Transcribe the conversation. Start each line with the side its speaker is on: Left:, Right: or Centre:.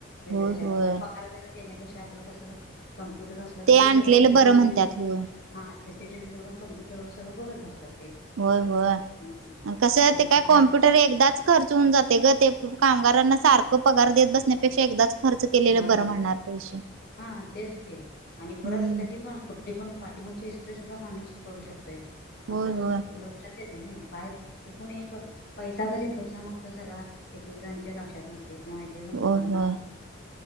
Left: वगैरे
Right: होय
Left: जास्त
Right: होय
Left: पगार त्याला देण्यापेक्षा आपलं कसं कम्प्युटर असलं कि
Right: आणलेलं
Left: ते सगळं सीसीटीव्ही
Right: बरं म्हणतात
Left: तेन
Right: होय
Left: ह ते टीव्ही जोडून कॉम्प्युटर वर सगळं बघत बसतात ते
Right: होय होय
Left: हम्म
Right: कसं हाय
Left: त्यामुळे
Right: ते काय कॉम्प्युटर एकदाच खर्च होऊन जाते ग ते कामगारांना सारखं पगार देत बसण्यापेक्षा एकदाच खर्च केलेलं
Left: होय होय
Right: बरं म्हणणार पैशे
Left: हा तेच की आणि
Right: हम्म
Left: परत कधी पण कुठे पण पाठीमागची ते सुद्धा माणूस करू शकतोय
Right: होय
Left: असं
Right: होय
Left: लक्षात येत त्या नाही काय चुकून एक पैसा जरी पुढचा मागचा झाला एकेकजणांच्या लक्षात नस एकेकजण मुद्दामनं
Right: होय होय